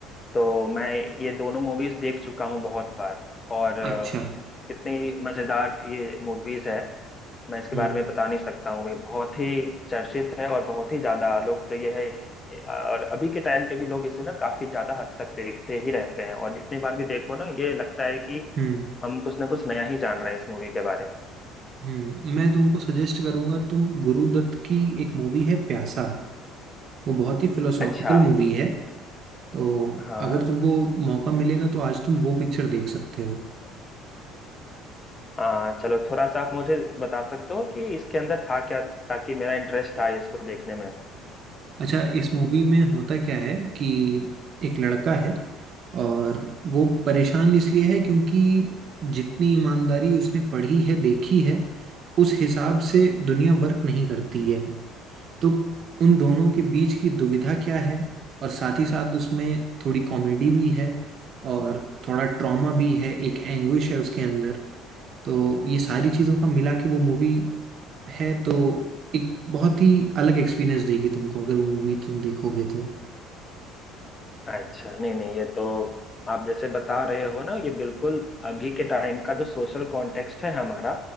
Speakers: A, on the left; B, on the right.
A: तो मैं ये दोनों मूवीज देख चुका हूँ बहुत बार और अ,
B: अच्छा
A: कितनी मजेदार ये मूवीज है मैं इसके
B: हम्म
A: बारे में बता नहीं सकता हूँ ये बहुत ही चर्चित है और बहुत ही ज्यादा लोकप्रिय है और अभी के टाइम के भी लोग इसे ना काफी ज्यादा हद तक देखते ही रहते हैं और जितनी बार भी देखो ना ये लगता है कि
B: हम्म
A: हम कुछ ना कुछ नया ही जान रहे हैं इस मूवी के बारे में
B: हम्म मैं तुमको सजेस्ट करूंगा तुम गुरुदत्त की एक मूवी है प्यासा वो बहुत ही फिलोसॉफिकल
A: अच्छा
B: मूवी है तो
A: हाँ
B: अगर तुमको मौका मिलेगा तो आज तुम वो पिक्चर देख सकते हो
A: आ, चलो थोड़ा सा आप मुझे बता सकते हो कि इसके अंदर था क्या ताकि मेरा इंटरेस्ट था इसको देखने में
B: अच्छा इस मूवी में होता क्या है कि एक लड़का है और वो परेशान इसलिए है क्योंकि जितनी ईमानदारी उसने पढ़ी है देखी है उस हिसाब से दुनिया वर्क नहीं करती है तो उन दोनों के बीच की दुविधा क्या है और साथ ही साथ उसमें थोड़ी कॉमेडी भी है और थोड़ा ट्रॉमा भी है एक एंग्विश है उसके अंदर तो ये सारी चीज़ों का मिला के वो मूवी है तो एक बहुत ही अलग एक्सपीरियंस देगी तुमको अगर वो मूवी तुम देखोगे तो
A: अच्छा नहीं नहीं ये तो आप जैसे बता रहे हो ना ये बिल्कुल अभी के टाइम का जो सोशल कॉन्टेक्स्ट है हमारा